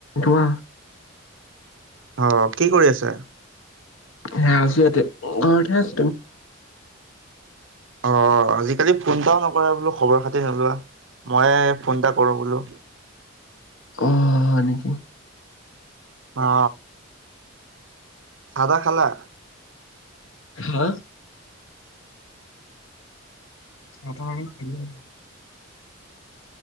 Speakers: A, on the left; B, on the right.
A: ধুৱা
B: আহ কি কৰি আছা?
A: হা আছো ইয়াতে ঘৰতে হে <inaudible>
B: অ আজিকালি ফোনটাও নক কৰা বোলো খবৰ খাতি নোলোৱা! ময়ে ফোন এটা কৰো বোলো।
A: উম হয় নেকি?
B: অ চাহ তাহ খালা?
A: হা? <inaudible>